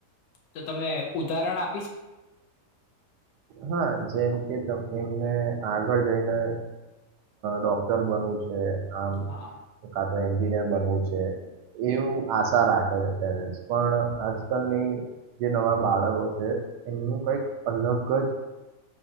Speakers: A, on the left (about 85°); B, on the right (about 80°).
A: તો તમે ઉદાહરણ આ
B: હા જેમ કે તમને આગળ જઈને ડોક્ટર બનવું આમ
A: હા
B: <unintelligible> એન્જિનિયર બનવું છે એવું આશા રાખે છે પેરેન્ટ્સ પણ આજકાલની જે નવા બાળકો છે એમનું કંઈક અલગ જ